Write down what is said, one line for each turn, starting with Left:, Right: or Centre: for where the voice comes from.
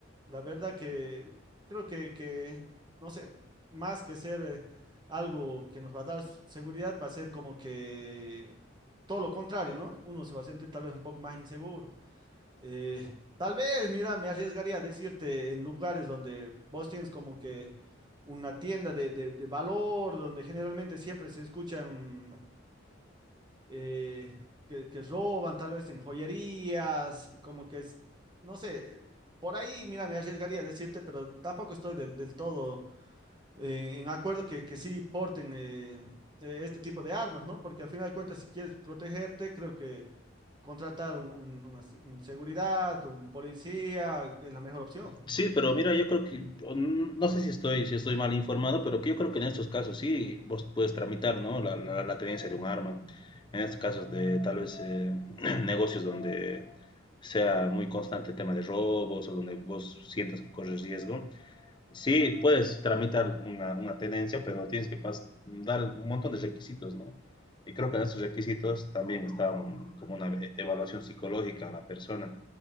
Right: La verdad que creo que, que no sé, más que ser... eh, Algo que nos va a dar s- seguridad va a ser como que todo lo contrario, ¿no? Uno se va a sentir tal vez un poco más inseguro. Eh, tal vez, mira, me arriesgaría a decirte en lugares donde vos tienes como que una tienda de, de- de valor, donde generalmente siempre se escuchan eh, que, que roban, tal vez en joyerías, como que es, no sé, por ahí, mira, me arriesgaría a decirte, pero tampoco estoy del, del todo eh, en acuerdo que, que sí porten eh, eh, este tipo de armas, ¿no? Porque al final de cuentas, si quieres protegerte, creo que contratar un, un- una se- un seguridad, un policía, es la mejor opción.
Left: Sí, pero mira, yo creo que, o n- no sé si estoy, si estoy mal informado, pero que yo creo que en estos casos sí, vos puedes tramitar, ¿no? La, la, la tenencia de un arma. En estos casos de tal vez eh, <clears throat> negocios donde sea muy constante el tema de robos o donde vos sientas que corres riesgo. Sí, puedes tramitar una, una tenencia, pero tienes que pas- dar un montón de requisitos, ¿no? Y creo que en estos requisitos también está un- como una e- evaluación psicológica a la persona.